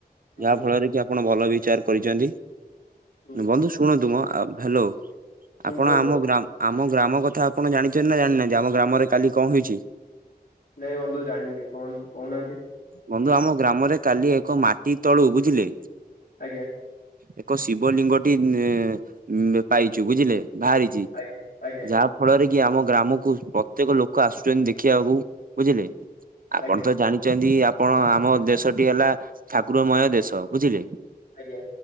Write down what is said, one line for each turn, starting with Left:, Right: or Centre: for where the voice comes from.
Left: ହୁଁ
Right: ଯାହା
Left: ହୁଁ
Right: ଫଳରେ କି ଆପଣ ଭଲ ବିଚାର କରିଛନ୍ତି।
Left: ହୁଁ
Right: ବନ୍ଧୁ ଶୁଣନ୍ତୁ ମଁ ଆ ହ୍ୟାଲୋ ଆପଣ
Left: କୁହନ୍ତୁ
Right: ଆମ ଗ୍ରାମ ଆମ ଗ୍ରାମ କଥା ଆପଣ ଜାଣିଛନ୍ତି ନାଁ ଜାଣିନାହାନ୍ତି ଆମ ଗ୍ରାମରେ କାଲି କଣ ହେଇଛି?
Left: ନାଇଁ ବନ୍ଧୁ ଜାଣିନି କଣ କହୁନାହାନ୍ତି?
Right: ବନ୍ଧୁ ଆମ ଗ୍ରାମରେ କାଲି ଏକ ମାଟି ତଳୁ ବୁଝିଲେ
Left: ଆଜ୍ଞା।
Right: ଏକ ଶିବ ଲିଙ୍ଗଟି ଏଁ ମଁ ଉଁ ପାଇଛୁ ବୁଝିଲେ ବାହାରିଛି
Left: ଆଜ୍ଞା ଆଜ୍ଞା
Right: ଯାହା ଫଳରେ କି ଆମ ଗ୍ରାମକୁ ପ୍ରତ୍ୟେକ ଲୋକ ଆସୁଛନ୍ତି ଦେଖିବାକୁ ବୁଝିଲେ। ଆପଣ
Left: ଆଜ୍ଞା
Right: ତ ଜାଣିଛନ୍ତି ଆପଣ ଆମ ଦେଶଟି ହେଲା ଠାକୁରମୟ ଦେଶ ବୁଝିଲେ।
Left: ଆଜ୍ଞା।